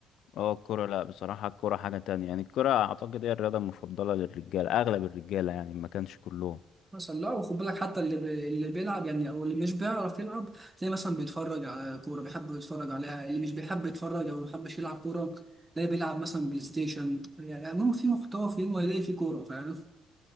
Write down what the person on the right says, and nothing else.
مثلا لا وخد بالك حتى اللي بي... اللي بيلعب يعني او اللي مش بيعرف يلعب تلاقي مثلا بيتفرج على كوره بيحب يتفرج عليها اللي مش بيحب يتفرج او ما بيحبش يلعب كوره تلاقي بيلعب مثلا بلاي ستيشن يعني المهم في محتوى في يوم هيلاقي في كوره فاهم